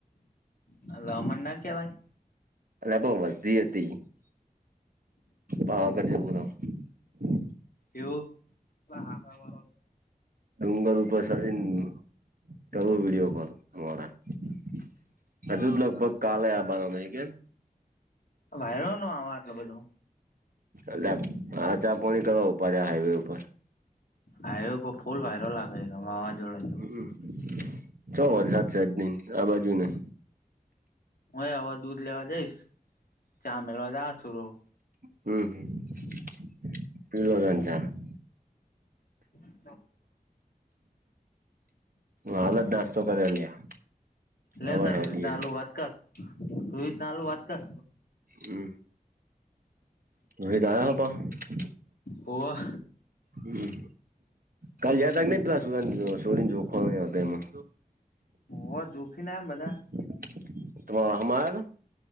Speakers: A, on the left; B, on the right.
A: હા અમણ ના કેવાય.
B: <unintelligible>
A: એવું <unintelligible>
B: ડુંગર ઉપર સડીને કરું વિડીયો કોલ. મોડા હજુ લગભગ કાલે આબના <unintelligible>
A: વાયરો નો આવા આટલો બધો.
B: એલા ચા પાણી કરવા ઉભા રહ્યા હાઈવે ઉપર.
A: આયો ફૂલ વાયરો લાગે વાવાઝોડા જેવો
B: હમ ચો વરસાદ છે જ નહીં. આ બાજુ નહીં.
A: હું એ હવે દૂધ લેવા જઈશ ચા મેળવા <unintelligible>
B: હમ, હમ.
A: <inaudible>
B: <unintelligible>
A: <unintelligible>
B: હાલ જ નાસ્તો કર્યો લ્યા
A: લે
B: હવે
A: તાર
B: હેડીએ
A: રોહિત ના આલુ વાત કર રોહિત ને આલુ વાત કર.
B: હમ. <unintelligible>
A: હોવ.
B: હમ કાલ જયા તા નહી પેલા <unintelligible> સોરીને જોખ એમાં.
A: હોવ દુઃખી ને આયા એમ બધા.
B: <unintelligible>